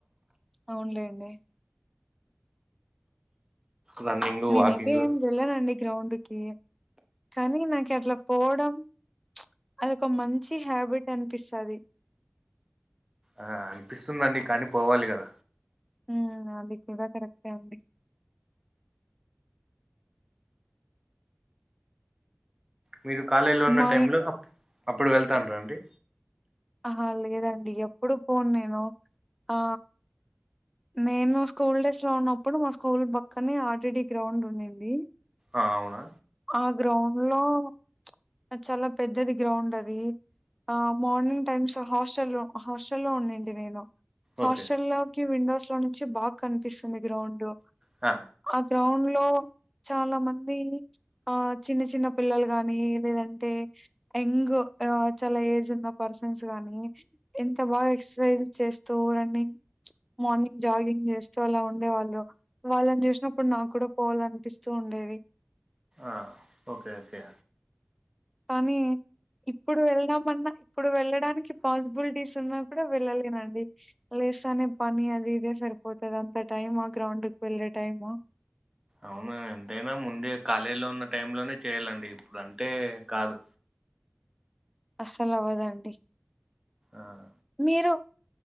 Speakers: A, in the centre; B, on the right (about 15°).
A: అవునులేండి.
B: రన్నింగ్
A: నేనైతే
B: వాకింగ్
A: ఏం వెళ్ళానండి గ్రౌండ్కి కానీ నాకి అట్లా పోవడం. అదోక మంచి హ్యాబిట్ అనిపిస్తది.
B: ఆ అనిపిస్తుందండి కనీ పోవాలి గద.
A: ఉమ్ అది కూడా కరక్టే అండి.
B: మీరు కాలేయిలో ఉన్న
A: మాయి
B: టైం లో అప్ అప్పుడు వెళ్తాండ్ర అండి.
A: ఆహా లేదండి ఎప్పుడు పోన్ నేను ఆ. నేను స్కూల్ డేస్ లో ఉన్నప్పుడు మా స్కూల్ పక్కనే ఆర్టీడి గ్రౌండ్ ఉండింది.
B: ఆ అవునా.
A: ఆ గ్రౌండ్ లో. అద్ చాలా పెద్దది గ్రౌండ్ అది ఆ మార్నింగ్ టైమ్స్ హాస్టల్ ల్లో. హాస్టల్ల్లో ఉండుంటి నేను హాస్టల్లో.
B: ఓకే
A: కి విండోస్ లో నుంచి బాగ్ కనిపిస్తుంది గ్రౌండు.
B: హ.
A: ఆ గ్రౌండ్ లో చాలా మందీ. ఆ చిన్న చిన్న పిల్లలు గాని లేదంటే. ఎంగ్ ఆ చాలా ఏజ్ ఉన్న పర్సన్స్ గాని. ఎంత బాగా ఎక్సర్సైజ్ చేస్తూ రన్నింగ్. మార్నింగ్ జాగింగ్ చేస్తూ అలా ఉండేవాళ్ళు. వాళ్ళను జూసినప్పుడు నాక్ గూడా పోవాలనిపిస్తూ ఉండేది.
B: అ ఓకే ఓకే.
A: పనీ. ఇప్పుడు వెళ్ళదామన్నా ఇప్పుడు వెళ్ళడానికి పాస్బుల్టీస్ ఉన్నా కూడా వెళ్ళలేనండి. లేస్తానే పని అది ఇదే సరిపోతది అంత టైమ్ అ గ్రౌంకి వెళ్లే టైము.
B: అవుమే ఎంతైనా ముందే కాలేజీ లో ఉన్న టైం లోనే చేయ్యాలండి ఇప్పుడు అంటే కాదు.
A: అస్సల్ అవ్వదండి
B: ఆ
A: మీరు.